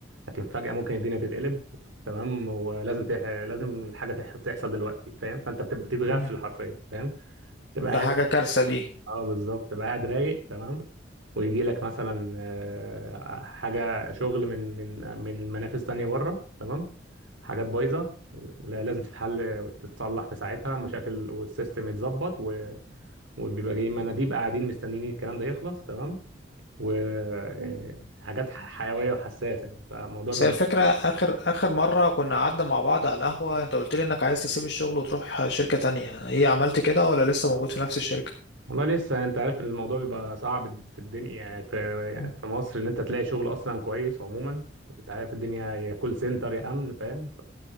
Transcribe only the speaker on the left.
مم.
ده
حاجة كارثة دي
بس
هي الفكرة آخر آخر مرة كنا قعدنا مع بعض على القهوة أنت قلت لي إنك عايز تسيب الشغل وتروح شركة تانية إيه عملت كده ولا لسه موجود في نفس الشركة؟
مم.